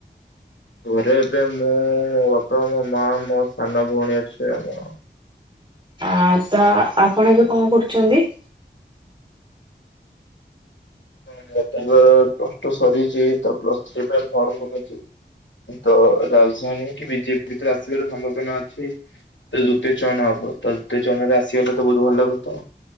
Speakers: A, on the left (about 80°); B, on the right (about 25°).
A: ଘରେ ଏବେ ମୁଁ, ମୋ ବାପା, ମୋ ମା, ମୋ ସାନ ଭଉଣୀ ଅଛି ଆଉ।
B: ଆ ତ ଆପଣ ଏବେ କଣ କରୁଛନ୍ତି?
A: ମୁଁ ଏବେ ପ୍ଲସ ଟୁ ସରିଛି, ତ ପ୍ଲସ୍ ଥ୍ରୀ ପାଇଁ ଫର୍ମ ପକେଇଛି। ତ ରାଜଧାନୀ କି ବିଜେପି ଭିତରେ ଆସିବାର ସମ୍ଭାବନା ଅଛି। ସେ ଦ୍ଵିତୀୟ ଚୟନ ହବ, ତ ଦ୍ୱିତୀୟ ଚୟନରେ ଆସିଗଲେ ତ ବୋହୁତ୍ ଭଲ କଥା।